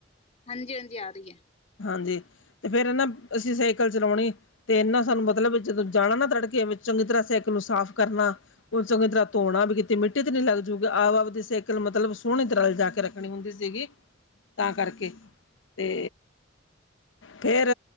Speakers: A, on the left; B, on the left.
A: ਹਾਂਜੀ ਹਾਂਜੀ ਆ ਰਹੀ ਹੈ
B: ਹਾਂਜੀ ਤੇ ਫੇ਼ਰ ਹੈ ਨਾ ਅਸੀਂ ਸਾਈਕਲ ਚਲਾਉਣੀ ਤੇ ਇਹਨਾਂ ਸਾਨੂੰ ਮਤਲਬ ਜਦੋਂ ਜਾਣਾ ਨਾ ਤੜਕੇ ਵਿੱਚ ਚੰਗੀ ਤਰ੍ਹਾਂ ਸੈਕਲ ਨੂੰ ਸਾਫ਼ ਕਰਨਾ ਉਹ ਚੰਗੀ ਤਰ੍ਹਾਂ ਧੋਣਾ ਵੀ ਕੀਤੀ ਮਿੱਟੀ ਤੇ ਨਹੀਂ ਲੱਗ ਜੂਗੀ ਆਪ ਆਪਦੀ ਸਾਈਕਲ ਮਤਲਬ ਸੋਹਣੀ ਤਰ੍ਹਾਂ ਜਾ ਕੇ ਰੱਖਣੀ ਹੁੰਦੀ ਸੀਗੀ ਤਾਂ ਕਰਕੇ ਤੇ ਫ਼ੇਰ